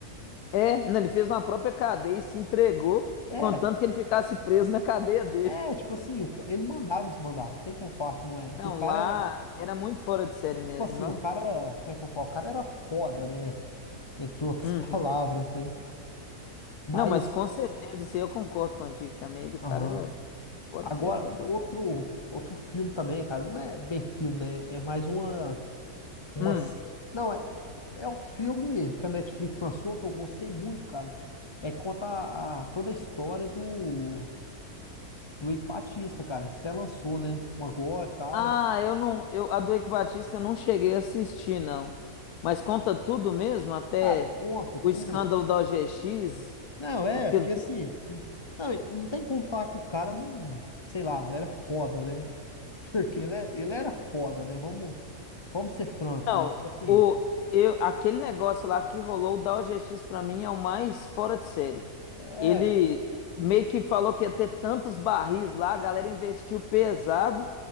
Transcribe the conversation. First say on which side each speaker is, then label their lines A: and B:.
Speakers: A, on the left (about 85°); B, on the left (about 25°).
A: É, não, ele fez uma própria cadeia e se entregou,
B: É,
A: contanto que ele ficasse preso na cadeia dele.
B: é, tipo assim, o ca- ele mandava e desmandava, não tem como falar que não era.
A: Não,
B: Que o cara
A: lá
B: era.
A: era muito fora de série mesmo,
B: Tipo assim,
A: não?
B: o cara. Como é que eu falo? O cara era foda, né? Entre outras
A: Uhum.
B: <laughs> palavras, né? Mas.
A: Não, mas com certeza, isso aí eu concordo contigo também. Ele, o
B: Aham.
A: cara era fora
B: Agora,
A: de série, tá doido.
B: outro, outro filme também, cara. Não é bem filme, né? É mais uma. Uma...
A: Hum.
B: s- Não, é, é um filme que a Netflix lançou que eu gostei muito, cara. É conta a, a- toda a história do, do Eike Batista, cara. Você até lançou, né? Uma agora e tal.
A: Ah, eu não. Eu, a do Eike Batista eu não cheguei a assistir, não. Mas conta tudo mesmo, até
B: Cara, conta tudo.
A: o escândalo da OGX,
B: Não, é,
A: aquilo
B: porque assim. Não, não, e não tem como falar que o cara não. Sei lá, não era foda, né? <laughs> Porque ele, é- ele era foda, né? Vamos, vamos ser franco,
A: Não,
B: né? Tipo assim.
A: o, eu, aquele negócio lá que rolou, o Dow DaoGX pra mim é o mais fora de série.
B: É.
A: Ele meio que falou que ia ter tantos barris lá, a galera investiu pesado.